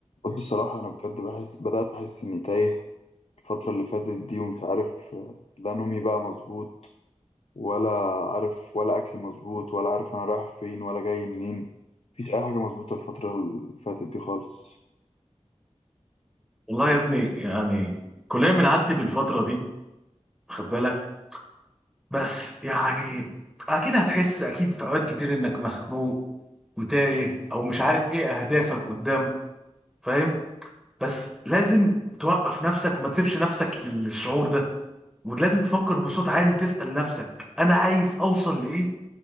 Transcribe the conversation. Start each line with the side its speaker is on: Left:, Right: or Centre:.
Left: بص الصراحة أنا بجد بحس بدأت أحس إني تايه الفترة اللي فاتت دي ومش عارف آه، لا نومي بقى مظبوط ولا عارف ولا أكلي مظبوط ولا عارف أنا رايح فين ولا جاي منين مفيش أي حاجة مظبوطة الفترة اللي فاتت دي خالص
Centre: والله يا ابني يعني كلنا بنعدي بالفترة دي خد بالك بس يعني أكيد هتحس أكيد في أوقات كتير إنك مخنوق وتايه أو مش عارف إيه أهدافك قدام فاهم بس لازم توقف نفسك ما تسيبش نفسك للشعور ده ولازم تفكر بصوت عالي وتسأل نفسك أنا عايز أوصل لإيه